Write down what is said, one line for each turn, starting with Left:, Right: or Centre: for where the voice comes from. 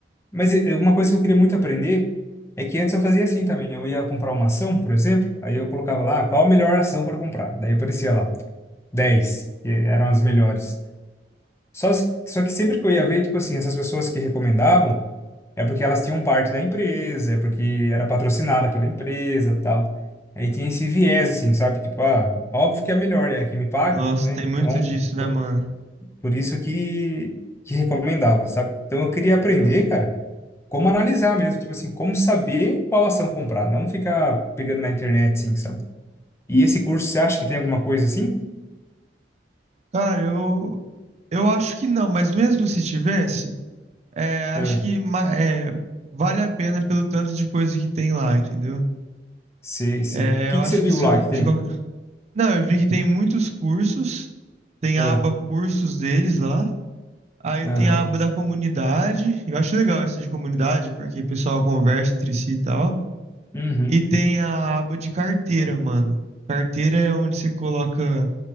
Left: mas é- é uma coisa que eu queria muito aprender é que antes eu fazia assim também. Eu ia comprar uma ação, por exemplo, aí eu colocava lá qual a melhor ação para comprar. Daí aparecia lá 10 que eram as melhores. Só, se- só que sempre que eu ia ver, tipo assim, essas pessoas que recomendavam, é porque elas tinham parte da empresa, é porque era patrocinada pela empresa, tal. Aí tinha esse viés, assim, sabe? Tipo, ah, óbvio que é a melhor, é a que me paga,
Right: Nossa,
Left: né?
Right: tem
Left: Então,
Right: muito disso, né,
Left: po-
Right: mano?
Left: por isso que, que recomendava, sabe? Então eu queria aprender,
Right: Aham.
Left: cara, como analisar mesmo, tipo assim, como saber qual ação comprar, não ficar pegando na internet, assim, sabe? E esse curso, você acha que tem alguma coisa assim?
Right: Cara, eu, eu acho que não, mas mesmo se tivesse, é, acho
Left: É,
Right: que ma- é, vale a pena pelo tanto de coisa que tem lá, entendeu?
Left: sei, sei.
Right: É,
Left: O que
Right: eu acho
Left: que você viu
Right: que são.
Left: lá que
Right: de
Left: tem?
Right: qualquer- Não, eu vi que tem muitos cursos, tem
Left: Ah,
Right: a aba cursos deles lá. Aí
Left: Aham.
Right: tem a aba da comunidade. Eu acho legal esse de comunidade, porque o pessoal conversa entre si e tal.
Left: Uhum.
Right: E tem a aba de carteira, mano. Carteira é onde você coloca